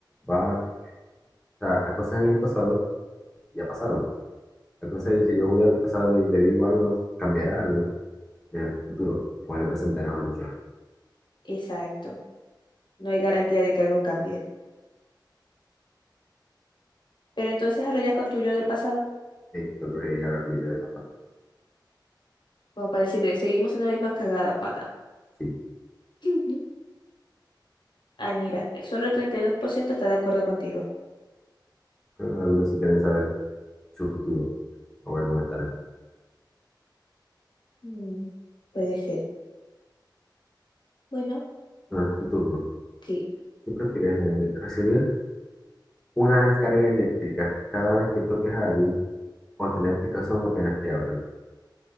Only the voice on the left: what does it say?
Ujú.
Exacto. No hay garantía de que algo cambie. Pero entonces hablarías con tu yo del pasado.
Como para decirle, seguimos en la misma cagada, pana.
<laughs> Ay, mira, solo el 32% está de acuerdo contigo.
Mm, puede ser. Bueno,
sí.